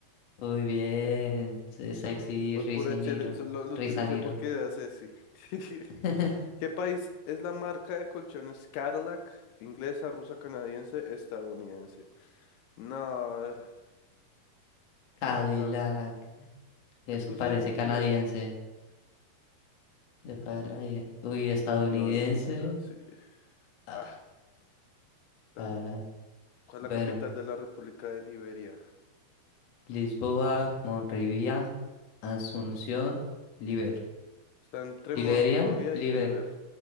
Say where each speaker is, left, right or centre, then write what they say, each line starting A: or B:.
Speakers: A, on the left (about 55°); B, on the left (about 80°).
A: Muy bien. se- Sexy
B: Pues
A: Risa
B: Por pura chere,
A: Niro.
B: eso lo, lo
A: Risa
B: utilicé
A: Niro.
B: porque era sexy. <laughs>
A: <laughs>
B: ¿Qué país es la marca de colchones Cadillac? Inglesa, rusa, canadiense, estadounidense. No,
A: Cadillac.
B: no, acá.
A: Eso
B: Yo puse
A: parece
B: inglesa.
A: canadiense. Yo canadien- Uy, estadounidense.
B: No, es gringa, sí.
A: Ah,
B: Ah, claro.
A: cara.
B: ¿Cuál
A: Bueno.
B: es la capital de la República de Liberia?
A: Lisboa, Monrovia, Asunción, Liber.
B: Está entre
A: Liberia,
B: Monrovia
A: Liber.
B: y Liber.